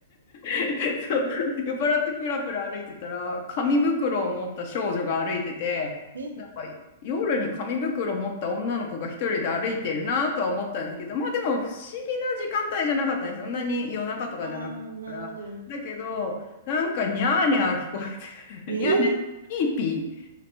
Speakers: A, on the left (about 50°); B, on the right (about 80°).
A: <laughs> そう、酔っ払ってプラプラ歩いてたら、紙袋を持った少女が歩いてて、
B: え、
A: なんか夜に紙袋を持った女の子が一人で歩いてるなとは思ったんですけど、まあでも不思議な時間帯じゃなかったんですよ。そんなに夜中とかじゃなかったから。
B: ああ、なるほど。
A: だけど、
B: えー、
A: なんかニャーニャー聞こえて、
B: えー、
A: <laughs> ニャーニャー、ピーピー